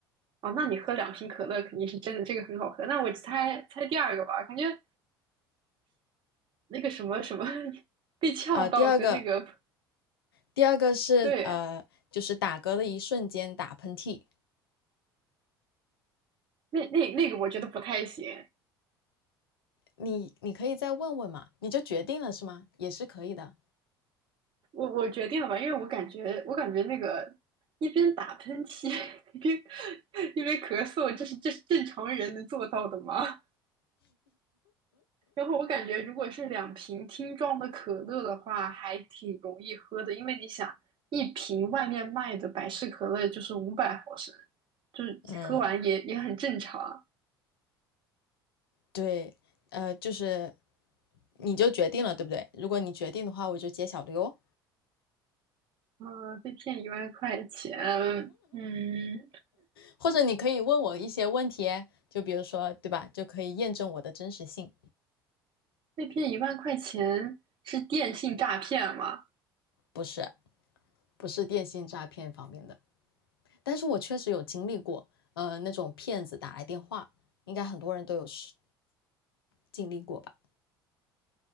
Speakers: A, on the right; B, on the left.
A: 哦，那你喝两瓶可乐肯定是真的，这个很好喝。那我猜猜第二个吧，感觉那个什么什么 <laughs> 被呛到和那个
B: 啊、第二个，第二个是呃，
A: 对，
B: 就是打嗝的一瞬间打喷嚏，
A: 那那那个我觉得不太行。
B: 你你可以再问问嘛，你就决定了是吗？也是可以的。
A: 我我决定了吧，因为我感觉我感觉那个一边打喷嚏 <laughs> 一边一边咳嗽，这是这是正常人能做到的吗？然后我感觉，如果是两瓶听装的可乐的话，还挺容易喝的，因为你想，一瓶外面卖的百事可乐就是五百毫升，就是喝完也也很正常。
B: 嗯对，呃，就是你就决定了，对不对？如果你决定的话，我就揭晓了哟。
A: 啊、被骗一万块钱，嗯，
B: 或者你可以问我一些问题，就比如说，对吧？就可以验证我的真实性，
A: 被骗一万块钱是电信诈骗吗？
B: 不是不是电信诈骗方面的。但是我确实有经历过，呃，那种骗子打来电话，应该很多人都有是经历过吧